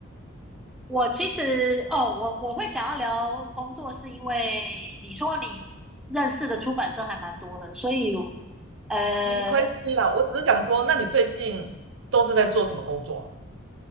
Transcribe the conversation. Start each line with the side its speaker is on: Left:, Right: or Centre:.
Centre: 我其实哦，我我会想要聊工作，是因为你说你认识的出版社还蛮多的，所以呃，
Right: 没关系啦，我只是想说，那你最近都是在做什么工作啊？